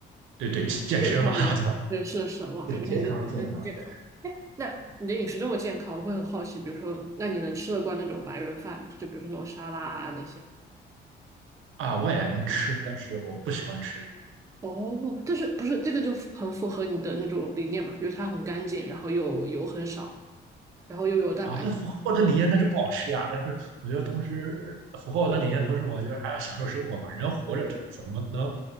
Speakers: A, on the right (about 80°); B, on the right (about 15°).
A: 对对健身嘛，
B: 健康人人士对是的是的，
A: <laughs> 对吧？
B: 哇，感觉你的饮食还挺健康。
A: 对健康健康。对。
B: 哎，那你的饮食这么健康，我会很好奇，比如说，那你能吃得惯那种白人饭吗？就比如说那种沙拉啊那些。
A: 啊，我也能吃，但是我不喜欢吃
B: 哦，但是不是这个就很符合你的那种理念嘛？就是它很干净，然后又油很少，然后又有蛋白质。
A: 啊。但符合我的理念，但是不好吃呀。但是我觉得同时符合我的理念，同时我觉得还要享受生活嘛。人活着怎怎么能